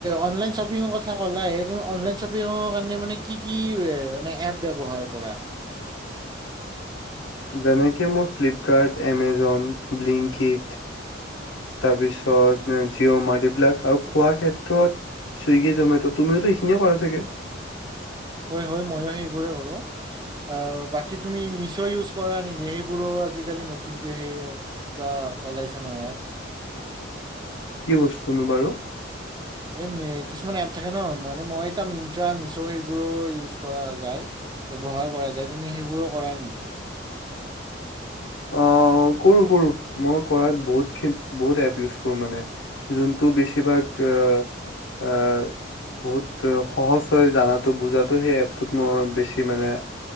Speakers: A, on the right (about 20°); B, on the left (about 85°).
A: অনলাইন শ্বপিঙৰ কথা ক'লায়ে তুমি অনলাইন শ্বপিঙৰ কাৰণে মানে কি কি এ মানে এপ ব্যৱহাৰ কৰা?
B: যেনেকে মই ফিলিপ কাৰ্ট, এমেজন, ব্লিংকট তাৰপিছত জিঅ মাৰ্ক্স এইবিলাক আৰু খোৱা ক্ষেত্ৰত চুইগী জমেটো' তুমিওতো এইখিনিয়ে কৰা চাগৈ?
A: হয় হয় মইয়ো সেইবোৰে কৰো। আ বাকী তুমি মিছ' ইউজ কৰা নেকি সেইবোৰো আজিকালি নতুনকৈ সেই কিবা ওলাইছে নহয় ইয়াত।
B: কি বস্তুনো বাৰু?
A: এই কিছুমান এপ থাকে ন, মানে মই মিণ্ট্ৰা মিছ' সেইবোৰো ইউজ কৰা যায়। ব্যৱহাৰ কৰা যায়, তুমি সেইবোৰো কৰা নেকি?
B: অ কৰো কৰো কৰাত বহুত খিন বহুত এপ ইউজ কৰো মানে। যোনটো বেছিভাগ আহ' আহ'। বহুত সহজ হয় জানাতো বুজাতো সেই এপটোত মই বেছি মানে